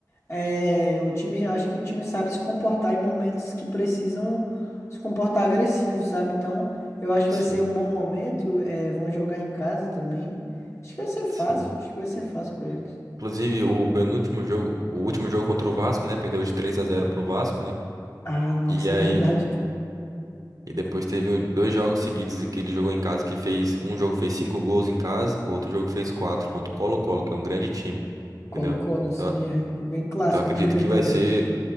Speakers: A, on the left; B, on the right.
A: é, o time, acho que o time sabe se comportar em momentos que precisam se comportar agressivo, sabe? Então, eu acho que
B: Sim,
A: vai ser um bom momento, é, vão jogar em casa também. Acho que vai ser fácil,
B: sim.
A: acho que vai ser fácil pra eles.
B: Inclusive, o penúltimo jogo, o último jogo contra o Vasco, né? Perdeu de 3 a 0 pro Vasco, né?
A: Ah, nossa,
B: E aí
A: <laughs> verdade, cara.
B: E depois teve um, dois jogos seguidos que ele jogou em casa que fez. Um jogo fez cinco gols em casa, o outro jogo fez quatro contra o Colo-Colo, que é um grande time.
A: Colo-Colo,
B: Entendeu?
A: sim,
B: Então,
A: é bem clássico
B: então acredito
A: de Libertadores.
B: que vai ser.